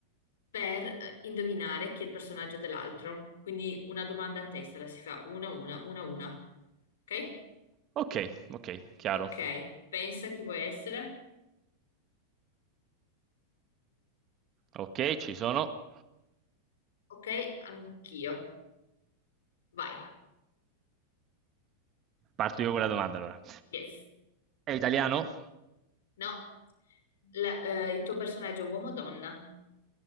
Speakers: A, on the left (about 60°); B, on the right (about 30°).
A: per eh, indovinare chi è il personaggio dell'altro. Quindi una domanda a testa la si fa una, a una, una, a una. Ok?
B: ok, ok, chiaro.
A: Ok, pensa chi vuoi essere.
B: Ok, ci sono.
A: Ok, anch'io. Vai.
B: Parto io con la domanda allora.
A: Yes.
B: È italiano?
A: No. La- eh, il tuo personaggio è uomo o donna?